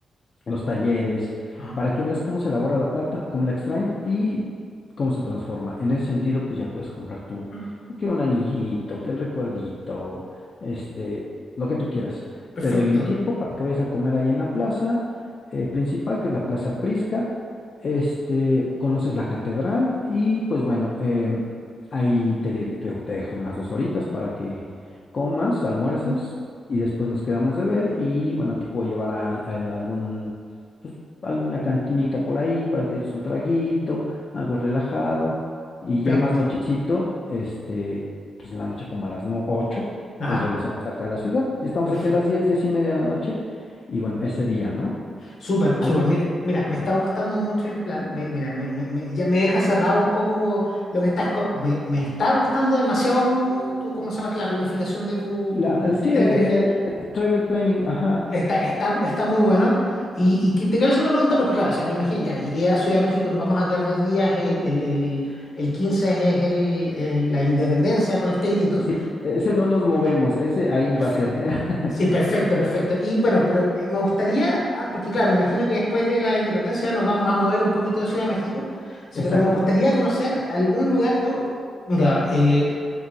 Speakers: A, on the left; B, on the left.
A: los talleres,
B: Ajá.
A: para que veas cómo se elabora la plata, cómo la extraen y cómo se transforma. En ese sentido, pues ya puedes comprar tú,
B: mm,
A: que un anillito, que el recuerdito, este, lo que tú quieras.
B: Perfecto.
A: Te doy un tiempo para que vayas a comer ahí en la plaza eh, principal, que es la Plaza Prisca. Este, conoces la catedral y pues bueno, em, ahí te, de- te te dejo unas dos horitas para que comas, almuerces
B: ujú,
A: y después nos quedamos de ver y bueno, te puedo llevar a, a algún pues, alguna cantinita por ahí para que te eches un traguito, algo relajado, y
B: Perfecto.
A: ya más nochecito, este, pues en la noche como a las nue- 8
B: Ajá.
A: nos regresamos acá a la ciudad, y estamos
B: Perfecto.
A: aquí a las diez 10 y media de la noche, y bueno, ese día, ¿no?
B: Súper,
A: Al-
B: súper. Mira, mira, me está gustando mucho el plan. Me- mira, me, me- me- ya me deja cerrado un poco lo que estás. co- Me, me está gustando demasiado tu, tu, ¿cómo se llama? La planificación de tu,
A: la- sí,
B: del
A: el,
B: viaje.
A: el- el travel planning, ajá,
B: Está, está, está muy bueno. Y, y que- te quiero hacer una pregunta porque, claro, o sea, me imagino, ya llegué a Ciudad de México, nos vamos a quedar dos días, el, el, el, el 15 es el, el- la independencia con este grito.
A: sí, e-, ese no nos movemos, ese ahí
B: Perfecto.
A: va a ser, <laughs>
B: Sí, perfecto, perfecto. Y bueno, pero eh, me gustaría, ah, porque claro, me imagino que después de la independencia nos vamos a mover un poquito de Ciudad de México, Sí,
A: exacto.
B: pero me gustaría conocer algún lugar, yo, mira, eh,